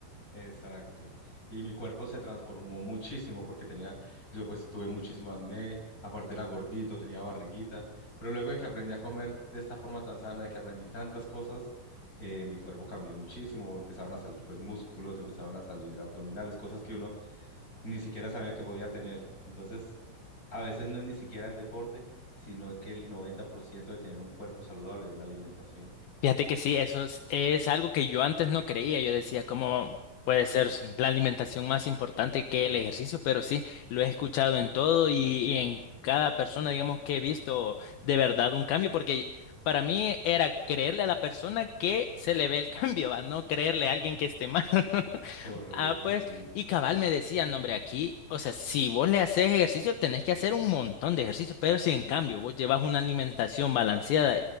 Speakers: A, on the left; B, on the left.
A: exacto. Y mi cuerpo se transformó muchísimo porque tenía, yo pues tuve muchísimo acné, aparte era gordito, tenía barriguita, pero luego de que aprendí a comer de esta forma tan sana, de que aprendí tantas cosas, eh, mi cuerpo cambió muchísimo, empezaron a salir pues músculos, empezaron a salir abdominales, cosas que uno ni siquiera sabía que podía tener. Entonces, a veces no es ni siquiera el deporte, sino que el 90% de tener un cuerpo saludable es la alimentación.
B: Fíjate que sí, eso es, es algo que yo antes no creía. Yo decía, ¿cómo puede ser la alimentación más importante que el ejercicio? Pero sí, lo he escuchado en todo y, y en cada persona, digamos, que he visto de verdad un cambio, porque para mí era creerle a la persona que se le ve el <laughs> cambio, a no creerle a alguien que esté mal. <laughs>
A: Correcto,
B: Ah, pues,
A: sí.
B: y cabal me decía, no, hombre, aquí, o sea, si vos le haces ejercicio, tenés que hacer un montón de ejercicio, pero si en cambio vos llevas una alimentación balanceada